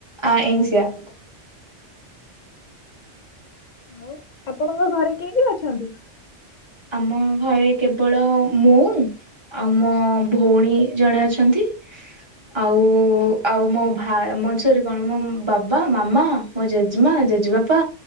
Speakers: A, on the right; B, on the left.
A: ଆ ଏ ସିଆ।
B: ହଉ ଆପଣଙ୍କ ଘରେ କିଏ କି ଅଛନ୍ତି?
A: ଆମ ଘରେ କେବଳ ମୁ ଆଉ ମୋ ଭଉଣୀ ଜଣେ ଅଛନ୍ତି। ଆଉ ଆଉ ମୋ ଭ ମୋ ଝିରେ କଣ ମୋ ବାବା ମାମା। ମଁ ଜେଜେମା ଜେଜେବାପା